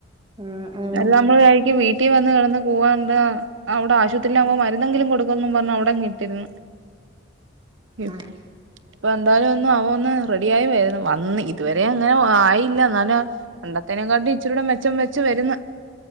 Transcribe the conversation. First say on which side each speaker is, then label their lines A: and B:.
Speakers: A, on the right; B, on the right.
A: ഉം ഉം
B: അല്ല നമ്മള് യാരിക്കും വീട്ടിൽ വന്ന് കിടന്ന് പോവാന്ന് ആ അവിടെ ആശുപത്രി ആവുമ്പോ മരുന്നെങ്കിലും കൊടുക്കുംന്ന് പറഞ്ഞു അവിടങ്ങനെ ഇട്ടിരുന്നു ഇ
A: ഉം
B: സ് ഇപ്പ എന്തായാലും ഒന്നും അവ ഒന്ന് റെഡിയായി വരുന്നു. വന്ന് ഇതുവരെ അങ്ങനെ ആയില്ല എ പണ്ടത്തേനുംക്കാട്ടും ഇച്ചിരിൂടെ മെച്ചം വെച്ചു വന്ന്